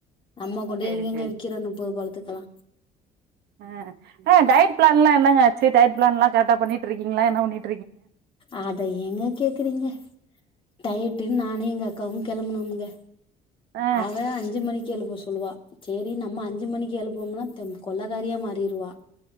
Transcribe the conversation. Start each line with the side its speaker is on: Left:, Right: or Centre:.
Left: நம்ம கொண்டேய்
Right: சேரி
Left: எங்கெங்க
Right: சேரி
Left: விக்கிறது முப்பது பழத்துக்கெல்லா
Right: ஆ ஏங்க டயட் பிளான்லா என்னங்க ஆச்சு டயட் பிளான்லா கரெக்ட்டா பண்ணிட்டு இருக்கீங்களா என்ன பண்ணிட்
Left: அத ஏங்க கேக்குறீங்க டயட் டிங் நானு எங்க அக்காவு கெளம்பனோங்க
Right: ஆ
Left: அவ அஞ்சு மணிக்கு எழுப்ப சொன் சொல்லுவா சேரி நம்ம அஞ்சு மணிக்கு எழுப்புனோம்னா தெம் கொலக்காரியா மாறிருவா